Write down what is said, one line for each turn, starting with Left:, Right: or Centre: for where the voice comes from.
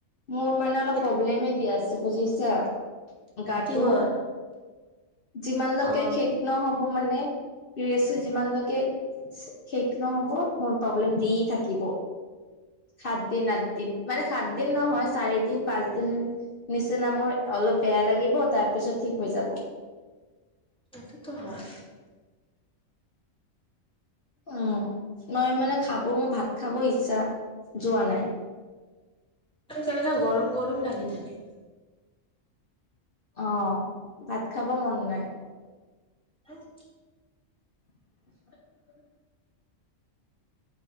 Left: মোৰ মানে অলপ
Centre: সেইটো
Left: প্ৰব্লেমে দিয়াছে বুজিছা? গাটো,
Centre: কি হয়
Left: যিমানলৈকে
Centre: অ
Left: শেষ নহব মানে ৰেছো যিমানলৈকে' শে শেষ নহ'ব মোৰ প্ৰব্লেম দি থাকিব'। সাত দিন, আঠ দিন মানে সাত দিন নহয় চাৰি দিন পাঁচ দিন নিচিনা মোৰ অলপ বেয়া লাগিব তাৰ পিছত ঠিক হৈ যাব।
Centre: সেইটোতো হয়।
Left: উম, মই মানে খাব মোৰ ভাত খাব ইচ্ছা যোৱা নাই।
Centre: আৰু কেনেকা গৰম গৰম লাগি থাকে।
Left: অ' ভাত খাব মন নাই।
Centre: আহ। <inaudible>
Left: <unintelligible>